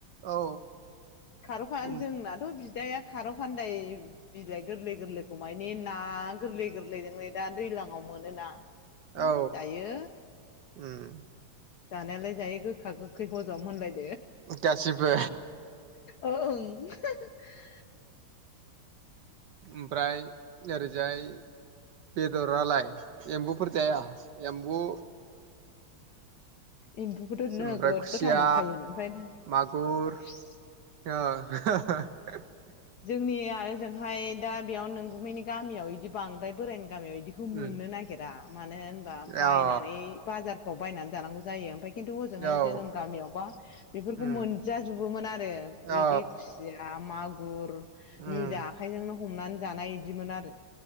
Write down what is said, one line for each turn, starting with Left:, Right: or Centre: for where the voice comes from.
Right: औ
Left: खार'खा
Right: उम
Left: जोंनाथ'। बिदाया खारौ फानदाय बिलाइ गोरलै गोरलैखौ मानि ना गोरलै गोरलैजोंनो। दा दैलाङाव मोनोना ओ
Right: औ
Left: दायो।
Right: उम
Left: जानायालाय जायो गोखा गोखै हज'म होनलाय।
Right: गासिबो
Left: ओ ओं <unintelligible> <inaudible>
Right: ओमफ्राय ओरैजाय। बेदरालाय एमबुफोर जाया एमबु?
Left: एमबुखौथ' नोगोद
Right: ओमफ्राय खुसिया
Left: गोथाव मोनखायो ओमफाय
Right: मागुर
Left: खुस
Right: <unintelligible>
Left: जोंनिया ओजोंहाय दा बेयाव नोंगुमैनि गामियाव इदि बांद्राय बोराय गामियाव इदिखौ मोननो
Right: उम
Left: नागिरा मानो होनबा
Right: अ
Left: बायनानै
Right: औ
Left: बाजार। बायनानै जानांगौ जायो ओमफाय। खिन्थु हजोंहाय
Right: औ
Left: जोनोम गामियावबा बेफोरखौ
Right: उम
Left: मोनजाजोबोमोन आरो
Right: औ
Left: इदि खुसिया मा गुर
Right: उम
Left: निजा आखाइजोंनो हमनानै जानाय इदिमोन आरो।